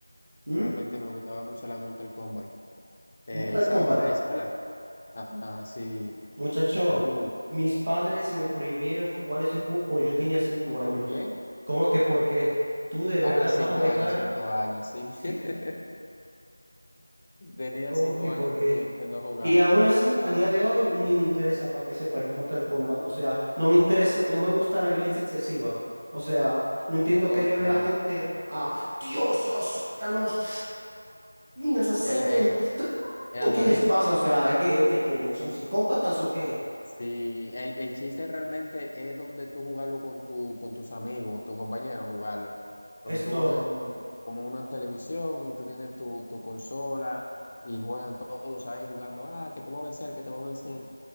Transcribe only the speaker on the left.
Realmente me gustaba mucho la Mortal Kombat. Eh,
¿sabe
cuál es? ¿Verdad? Ajá, sí.
Uh,
¿Y por
qué?
Ah,
cinco
años, cinco años, sí.
<laughs> Tenía
cinco
años
tú y cuando jugaba.
Ah,
Ok.
El,
el, ajá.
Sí, el, el chiste realmente es donde tú jugarlo con tu, con tus amigos, tus compañeros, jugarlo. Cuando
tú juegas en, como una televisión y tú tienes tu, tu consola y juegan todos ahí jugando, ah, que te voy a vencer, que te voy a vencer.